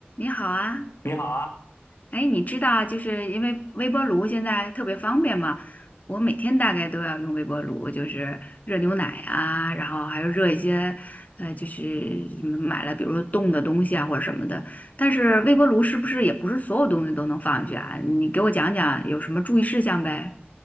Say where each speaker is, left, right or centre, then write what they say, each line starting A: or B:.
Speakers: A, on the left (about 40°); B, on the left (about 80°).
A: 你好啊，
B: 你好啊，
A: 哎，你知道，就是因为微波炉现在特别方便嘛，我每天大概都要用微波炉，就是热牛奶啊，然后还有热一些，呃，就是什么买了，比如说冻的东西啊或者什么的。但是微波炉是不是也不是所有东西都能放进去啊？你给我讲讲有什么注意事项呗？